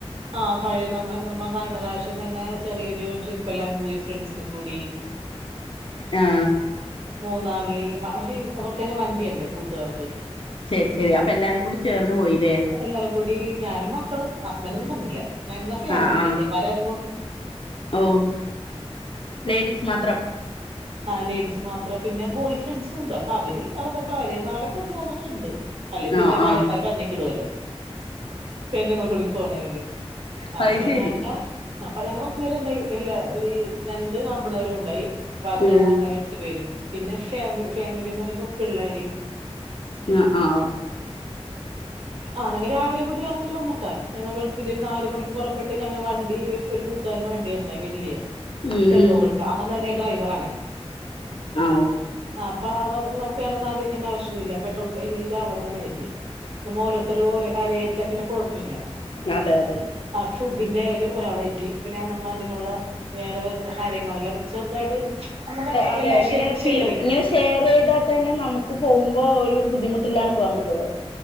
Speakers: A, on the right (about 60°); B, on the left (about 55°).
A: ആഹ പഴയ നമ്മ നമ്മ കഴിഞ്ഞ പ്രാവശ്യം ഞങ്ങ ചെറിയൊരു ട്രിപ്പ് എല്ലാം പോയി ഫ്രണ്ട്സിന്റെ കൂടി
B: ആ
A: മൂന്നാറില് അവര് അവർക്കന്നെ വണ്ടിയുണ്ട് കൂട്ടുകാർക്ക്
B: ശരി ശരി അപ്പൊ എല്ലാരും കൂടി ചേർന്ന് പോയില്ലേ
A: എല്ലാരും കൂടി ഞാനും മക്കളും ഹുസ്ബൻഡ് ഒന്നും വന്നില്ല ഞങ്ങ ഫാമിലി
B: ആ ആ
A: കെട്ടിയോൻ മ
B: ഓ ലേഡീസ് മാത്രം
A: ലേഡീസ് മാത്രം പിന്നെ ബോയ് ഫ്രണ്ട്സും ഉണ്ട് അപ്പൊ അവര് അവരുടെ ഭാര്യമാരെ കൊണ്ട് വന്നിട്ടുണ്ട് അല്ലെ പിന്നെ
B: ആ
A: ഭാര്യമാർ
B: ആ
A: പഞ്ഞിക്കിടുല്ലോ ന്നെങ്ങ കൂടി പോണ അപ്പ
B: അത് ശരിയാ
A: ഞങ്ങ അപ്പ ഞ ണ്ടായി ഇല്ല ഒരു രണ്ട് അമ്പളകരും ഉണ്ടായി വാക്കള
B: ഉം.
A: ഞങ്ങ എട്ടു പേരും പിന്നെ ഫാമ ഫാമിലിന്ന് പറയുമ്പോ പിള്ളേർ
B: ആ ആ <unintelligible>
A: ആഹ ഞങ്ങ രാവിലെ കൂടി രാത്രി വന്നട്ടാ ഞങ്ങ വെളുപ്പിന് ഒരു നാല് മണിക്ക് പുറപ്പെട്ട് ഞ വണ്ടി ഒരു കൂട്ടുക വണ്ടിയണ്ട വല്യ
B: ഉം
A: ടെമ്പോ
B: ഉം
A: കൊളത്തെ അവൻ തന്നെ ഡ്രൈവറ ആണേ.
B: ആ
A: ആ അപ്പ അവ നമുക്ക് വേറെന്നും ആലോചിക്കേണ്ട ആവശ്യം ഇല്ല പെട്രോൾ എല്ലാം അവൻ തന്നെ എയറ്റി നമ്മ ഓരോരുത്തരും ഓരോ കാര്യംഏറ്റാ പിന്നെ കുഴപ്പമില്ല
B: അതെ അതെ
A: ഫുഡിന്റെയാലും. ഒരാള്റ്റി പിന്നെ നമ്മ അതിനുള്ള വേറെ കാര്യങ്ങളല്ലാം ചെറുതായിട്ട് നമ്മ തന്നെ
B: അതെ
A: എല്ലാം
B: ഇങ്ങനെ
A: ഷെ ഷെയറിങ്
B: പി ഇങ്ങനെ ഷെയർ ചെയ്താൽത്ത തന്നെ നമുക്ക് പോകും. ഇ ഒരു ബുദ്ധിമുട്ടിലാണ് പോകാൻ പറ്റുള്ളു